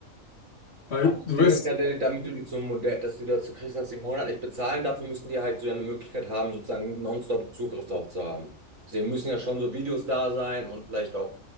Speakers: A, on the left (about 55°); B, on the right (about 75°).
A: Weil
B: Aber das
A: du
B: Ding
A: wirst,
B: ist ja, der- damit du die zum Modell, dass du die dazu kriegst, dass sie monatlich bezahlen, dafür müssen die halt so ja eine Möglichkeit haben, sozusagen nonstop Zugriff darauf zu haben. Sie müssen ja schon so Videos da sein und vielleicht auch